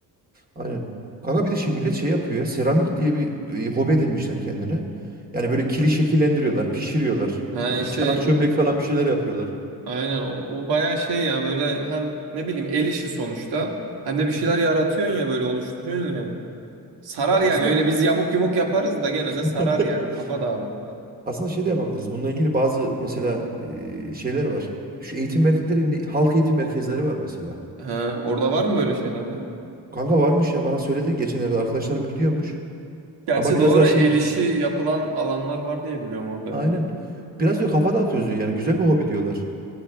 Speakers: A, on the right (about 25°); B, on the right (about 80°).
A: Aynen. Kanka bir de şimdi millet şey yapıyor ya seramik diye bir e, hobi edinmişler kendine. Yani böyle kili şekillendiriyorlar, pişiriyorlar.
B: Yani
A: e,
B: işte
A: çanak çömlek falan bir şeyler yapıyorlar.
B: aynen o, o bayağı şey ya böyle hem ne bileyim el işi sonuçta hem de bir
A: Hı
B: şeyler
A: hı.
B: yaratıyorsun ya böyle oluşturuyorsun ya. Sarar
A: Ya aslında
B: yani öyle biz yamuk yumuk yaparız da gene
A: <laughs>
B: de sarar yani kafa dağılır.
A: aslında şey de yapabiliriz. Bununla ilgili bazı mesela e, şeyler var. Şu eğitim verdikleri ne- halk eğitim merkezleri var mesela.
B: He, orada var mı böyle şeyler ya?
A: Kanka varmış ya bana söyledi geçenlerde arkadaşlarım gidiyormuş.
B: Gerçi
A: Ama biraz
B: doğru
A: daha şey
B: el
A: diyor.
B: işi yapılan alanlar var diye biliyorum orada
A: Aynen.
B: ya.
A: Biraz diyor kafa dağıtıyoruz diyor yani güzel bir hobi diyorlar.